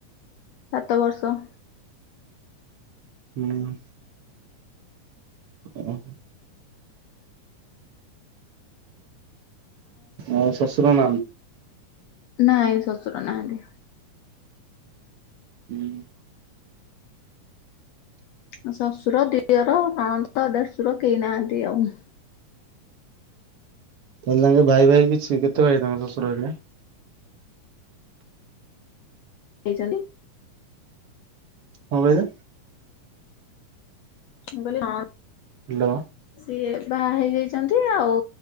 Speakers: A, on the left; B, on the right.
A: ସାତ ବର୍ଷ।
B: ହୁଁ। ଓହୋ। ଆଉ ଶ୍ୱଶୁର ନାହାନ୍ତି?
A: ନାଇଁ ଶଶୁର ନାହାନ୍ତି।
B: ହୁଁ।
A: ମୋ ଶଶୁର, ଦିଅର, ନଣନ୍ଦ, ଦେଶୁର କେହି ନାହାନ୍ତି ଆଉ।
B: ତାହେଲେ ତାଙ୍କେ ଭାଇ ଭାଇ କିଛି କେତେ ଭାଇ ତମ ଶଶୁର ହେରିକା?
A: ହେଇଛନ୍ତି
B: କଣ କହିଲେ?
A: ମୁଁ କହିଲି ଆଁ
B: ହ୍ୟାଲୋ।
A: ସିଏ ବାହା ହେଇଯାଇଛନ୍ତି ଆଉ